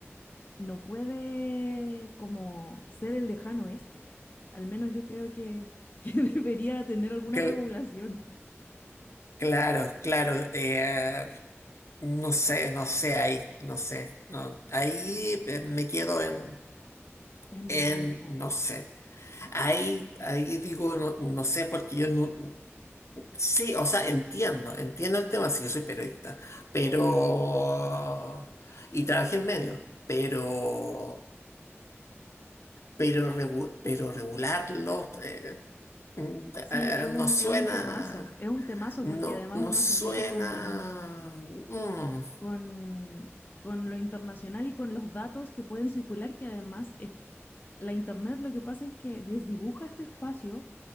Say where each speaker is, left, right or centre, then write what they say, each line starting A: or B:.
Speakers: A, on the left (about 45°); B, on the left (about 75°).
A: no puede como ser el lejano oeste. Al menos yo creo que, que <laughs> debería tener alguna
B: Cl-
A: regulación.
B: claro, claro. eh, no sé, no sé ahí, no sé. No, ahí eh, me quedo en,
A: En
B: en,
A: blanco.
B: no sé. Ahí, ahí digo, no, no sé, porque yo no... Sí, o sea, entiendo, entiendo el tema, si yo soy periodista, pero... Y trabajé en medios, pero... Pero, regu- pero regularlos... eh, Mm,
A: Sí,
B: eh,
A: es un,
B: nos suena,
A: es un temazo, es un temazo
B: no,
A: porque además
B: nos
A: uno
B: suena.
A: se mete con,
B: mm,
A: con, con lo internacional y con los datos que pueden circular, que además es, la Internet lo que pasa es que desdibuja este espacio